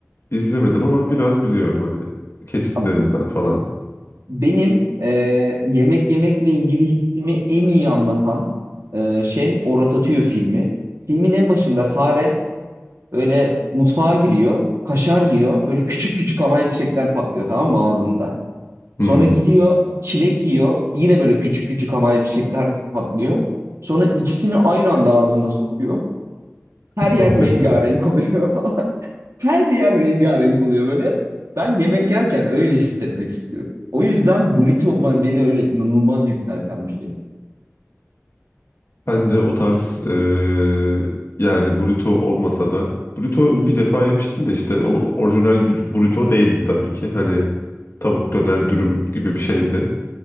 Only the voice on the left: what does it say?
izlemedim ama biraz biliyorum hani kesitlerinden
falan.
Hmm.
<laughs>
Ben de o tarz eee, yani burrito olmasa da burrito
bir defa yemiştim de işte o orijinal bir burrito değildi tabii ki. Hani tavuk döner dürüm gibi bir şeydi.